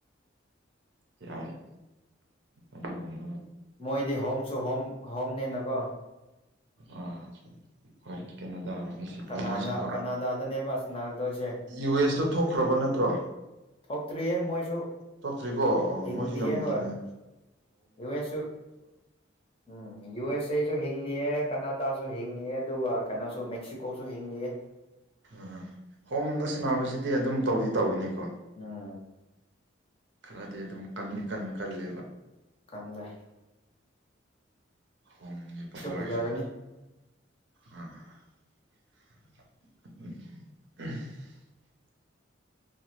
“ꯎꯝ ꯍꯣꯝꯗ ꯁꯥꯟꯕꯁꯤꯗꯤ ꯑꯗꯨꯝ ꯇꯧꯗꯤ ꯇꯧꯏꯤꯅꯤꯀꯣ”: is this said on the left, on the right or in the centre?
Right